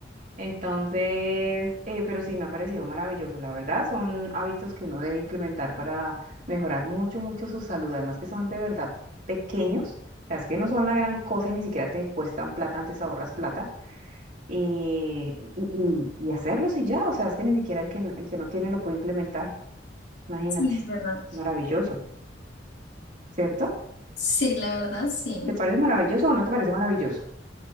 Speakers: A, on the right (about 45°); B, on the left (about 70°).
A: Entonces, eh, pero sí me ha parecido maravilloso, la verdad, son hábitos que uno debe implementar para mejorar mucho, mucho su salud, además que son de verdad pequeños, o sea, es que no son la gran cosa y ni siquiera te cuestan plata, antes ahorras plata y, y, y- y hacerlos y ya, o sea, es que ni siquiera el que, n- el que no tiene lo puede implementar, imagínate,
B: sí, es verdad.
A: maravilloso, ¿cierto?
B: Sí, la verdad, sí.
A: ¿Te parece maravilloso o no te parece maravilloso?